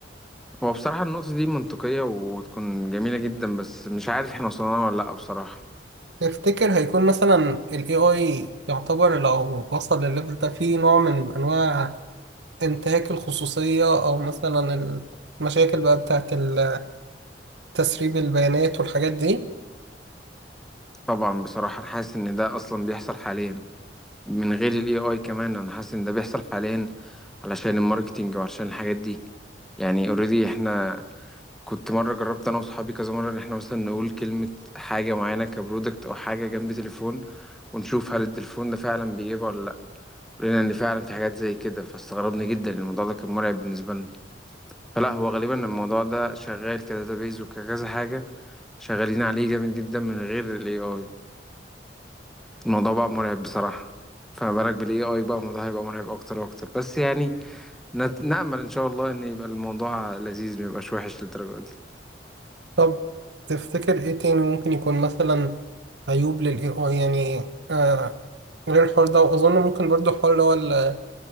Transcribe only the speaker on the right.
تفتكر هيكون مثلا ال AI يعتبر لو وصل للليفل ده فيه نوع من أنواع انتهاك الخصوصية أو مثلا المشاكل بقى بتاعت ال- تسريب البيانات والحاجات دي
طب تفتكر إيه تاني ممكن يكون مثلا عيوب لل AI يعني آه غير الحوار ده وأظن ممكن برضو حوار اللي هو ال-